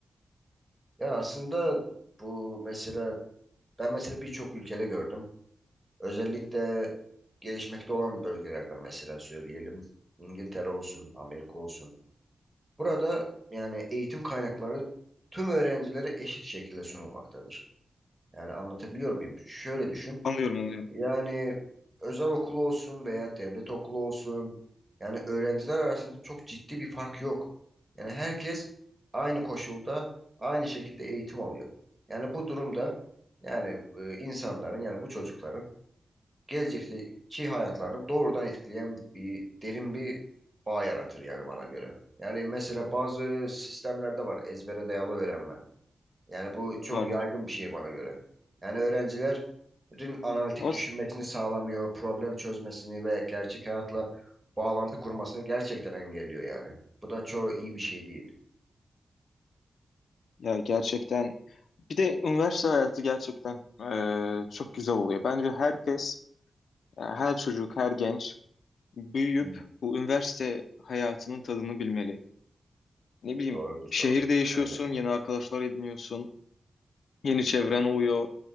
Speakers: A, on the right; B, on the left.
A: Ya aslında bu mesele Ben mesela birçok ülkede gördüm. Özellikle gelişmekte olan bölgelerden mesela söyleyelim. İngiltere olsun, Amerika olsun. Burada yani eğitim kaynakları tüm öğrencilere eşit şekilde sunulmaktadır. Yani anlatabiliyor muyum? Şöyle düşün.
B: Anlıyorum anlıyorum.
A: Yani özel okul olsun veya devlet okulu olsun. Yani öğrenciler arasında çok ciddi bir fark yok. Yani herkes aynı koşulda, aynı şekilde eğitim alıyor. Yani bu durumda yani e, insanların yani bu çocukların gelecekteki hayatlarını doğrudan etkileyen bir derin bir bağ yaratır yani bana göre. Yani mesela bazı sistemlerde var ezbere dayalı öğrenme. Yani bu çok
B: Var
A: yaygın
B: var.
A: bir şey bana göre. Yani öğrencilerin analitik
B: Ama
A: düşünmesini
B: s-
A: sağlamıyor, problem çözmesini veya gerçek hayatla bağlantı kurmasını gerçekten engelliyor yani. Bu da çoğu iyi bir şey değil.
B: ya gerçekten bir de üniversite hayatı gerçekten e, çok güzel oluyor. Bence herkes, yani her çocuk, her genç büyüyüp
A: Hı,
B: bu üniversite hayatının tadını bilmeli. ne bileyim
A: doğrudur
B: şehirde
A: doğru.
B: yaşıyorsun,
A: Aynen.
B: yeni arkadaşlar ediniyorsun, yeni çevren oluyor,